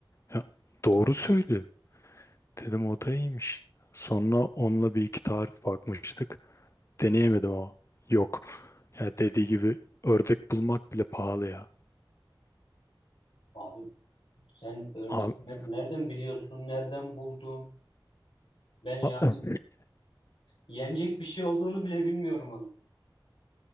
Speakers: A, on the left; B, on the left.
A: Ya, doğru söylüyor. Dedim o da iyiymiş. Sonra onunla bir iki tarif bakmıştık. Deneyemedim ama. Yok. Ya dediği gibi ördek bulmak bile pahalı ya.
B: Abi Sen ördeği
A: A-
B: ner- nereden biliyorsun? Nereden buldun? Ben yani
A: a-
B: yenecek bir şey olduğunu bile bilmiyorum onun.